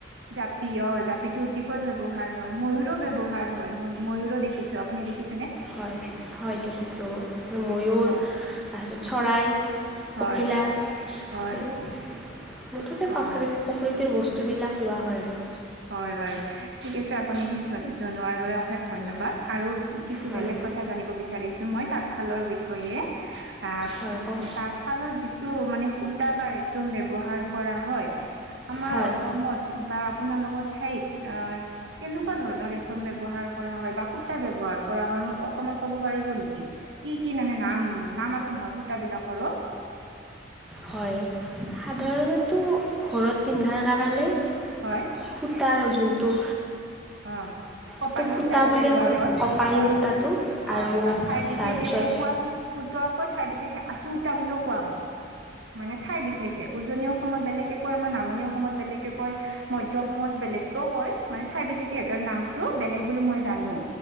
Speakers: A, on the right; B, in the centre.
A: জাপি অ জাপিটো অতিকৈ ব্যৱহাৰ হয় ময়ুৰো ব্যৱহাৰ হয় ময়ুৰো দেখি আপুনি দেখি
B: হয় হয় দেখিছোঁ ময়ুৰ
A: হয়
B: তাৰপিছত চৰাই
A: হয়
B: পখিলা
A: হয়
B: এই মুঠতে প্ৰাক
A: অ
B: প্ৰকৃতিৰ বস্তু বস্তুবিলাক লোৱা হয় আৰু
A: হয় বাৰু ঠিক আছে আপুনিখিনি জনোৱাৰ বাবে অশেষ ধন্যবাদ আৰু কিছু
B: হয়
A: বেলেগ কথা জানিব বিচাৰিছোঁ মই তাঁতশালৰ বিষয়ে ত
B: হয় কওক
A: তাঁতশালত যিটো মানে সুতা বা ৰেচম ব্যৱহাৰ কৰা হয় আমাৰ
B: হয়
A: অসমত বা আগৰ ঠাইত কেনেকুৱা ধৰণৰ ৰেচম ব্যৱহাৰ কৰা হয় বা সুতা ব্য্ৱহাৰ কৰা হয় মোক অকনমান ক'ব পাৰিব নেকি কি কি মানে নাম নাম আছে নহয় সূত বিলাকৰো
B: হয় সাধাৰণটো ঘৰত পিন্ধাৰ কাৰণে সূতাৰ
A: হয়
B: যোনটো
A: অ কপাহী
B: এইটো সূতা
A: সূতাটো
B: বুলিয়ে
A: যে লোৱা
B: কয়
A: হয়
B: কপাহী
A: হয়
B: সূতাটো
A: অ
B: আৰু
A: বা ঠাই বিশেষকে
B: তাৰপিছত
A: পকোৱা সুতা কয় ঠাই বিশেষে আছু সুতা বুলিও কোৱা হয় মানে ঠাই বিশেষে উজনি অসমত বেলেগে কয় আমাৰ নামনি অসমত বেলেগকে কয় মধ্যয় অসমত বেলেগকেও কয় মানে ঠাই বিশশে নামটো বেলেগ বুলি মই জানো